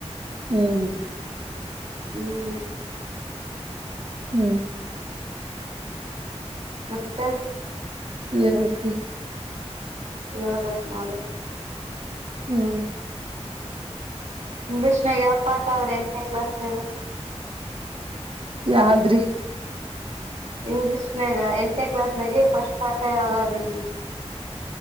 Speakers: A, on the right; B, on the right.
A: ಹ್ಮ್
B: ಹ್ಮ್
A: ಹ್ಮ್
B: ಮತ್ತೆ
A: ಹೇಳ್ಬೇಕ್ ರಿ
B: ಹೇಳ್ಬೇಕ್ ಮಾಡ
A: ಹ್ಮ್
B: ಇಂಗ್ಲೀಷ್ನಾಗ <unintelligible> ಆತ ಆದ್ರೆ ಎಂಟನೇ ಕ್ಲಾಸ್ನಾಗ
A: ಯಾದ್ರಿ
B: ಇಂಗ್ಲೀಷ್ನಾಗ ಎಂಟನೇ ಕ್ಲಾಸ್ ನಾಗ ಫಸ್ಟ್ ಪಾಠ ಯಾವ್ದಾದ್ ಇಂಗ್ಲೀಷ್ --